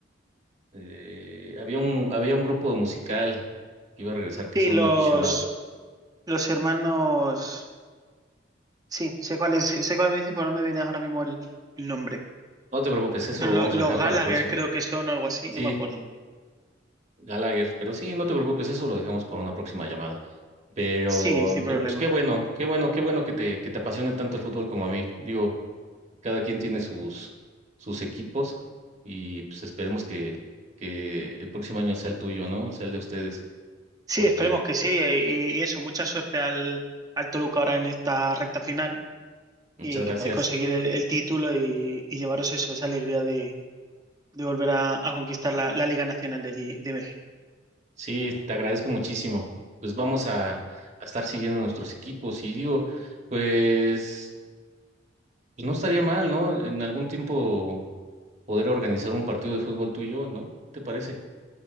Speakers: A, on the right; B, on the right.
A: eh, había un había un grupo musical que iba a regresar
B: Sí,
A: que son
B: los,
A: aficionados.
B: los hermanos, sí, sé cuál es, sé cuál me dice, pero no me viene ahora mismo el el nombre.
A: No te preocupes, eso
B: Son
A: lo vamos
B: lo- los
A: a dejar
B: Gallagher,
A: para la próxima.
B: creo que son o algo así,
A: Sí,
B: no me acuerdo muy bien.
A: Gallagher, pero sí, no te preocupes, eso lo dejamos para una próxima llamada. Pero,
B: Sí, sin
A: pero
B: problema.
A: pues qué bueno, qué bueno, qué bueno que te, que te apasione tanto el fútbol como a mí. Digo, cada quien tiene sus, sus equipos y pues esperemos que, que el próximo año sea el tuyo, ¿no? Sea el de ustedes,
B: Sí,
A: porque
B: esperemos que sí. eh, Y, y eso, mucha suerte al, al Toluca ahora en esta recta final
A: muchas
B: y
A: gracias.
B: que podáis conseguir el, el título y, y llevaros eso, esa alegría de, de volver a, a conquistar la, la Liga Nacional de allí, de México.
A: Sí, te agradezco muchísimo. Pues vamos a, a estar siguiendo nuestros equipos y digo, pues, pues no estaría mal, ¿no? En algún tiempo poder organizar un partido de fútbol tuyo, ¿no? ¿Te parece?